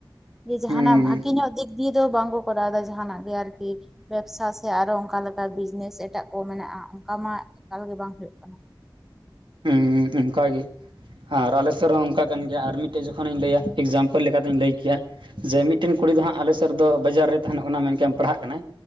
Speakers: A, in the centre; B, on the right (about 75°).
A: ᱡᱮ ᱡᱟᱦᱱᱟᱜ
B: ᱦᱩᱸ
A: ᱵᱷᱟᱜᱮ ᱧᱚᱜ ᱫᱤᱠ ᱫᱤᱭᱮ ᱫᱚ ᱵᱟᱝ ᱠᱚ ᱠᱚᱨᱟᱣ ᱮᱫᱟ ᱡᱟᱦᱱᱟᱜ ᱜᱮ ᱟᱨᱠᱤ ᱵᱮᱵᱥᱟ ᱥᱮ ᱟᱨᱚ ᱚᱱᱠᱟ ᱞᱮᱠᱟ ᱵᱤᱡᱽᱱᱮᱥ ᱮᱴᱟᱜ ᱠᱚ ᱢᱮᱱᱟᱜᱼᱟ, ᱚᱱᱠᱟ ᱢᱟ ᱮᱠᱟᱞᱜᱮ ᱵᱟᱝ ᱦᱩᱭᱩᱜ ᱠᱟᱱᱟ᱾
B: ᱦᱩᱸ ᱦᱮᱸ ᱚᱱᱠᱟ ᱜᱮ ᱟᱨ ᱟᱞᱮᱥᱩᱨ ᱨᱮ ᱦᱚᱸ ᱚᱱᱠᱟ ᱠᱟᱱ ᱜᱮᱭᱟ ᱟᱨ ᱢᱤᱫᱴᱮᱡ ᱡᱚᱠᱷᱚᱱᱤᱧ ᱞᱟᱹᱭᱟ ᱮᱠᱡᱟᱢᱯᱮᱞ ᱞᱮᱠᱟᱛᱤᱧ ᱞᱟᱹᱭ ᱠᱮᱭᱟ ᱾ ᱡᱮ ᱢᱤᱫᱴᱮᱱ ᱠᱩᱲᱤ ᱫᱚ ᱦᱟᱸᱜ ᱟᱞᱮ ᱥᱮᱫ ᱨᱮ ᱫᱚ ᱵᱟᱡᱟᱨ ᱨᱮ ᱛᱟᱦᱮᱱᱚᱜ ᱠᱟᱱᱟ ᱢᱮᱱᱠᱷᱟᱱ ᱯᱟᱲᱦᱟᱜ ᱠᱟᱱᱟᱭ᱾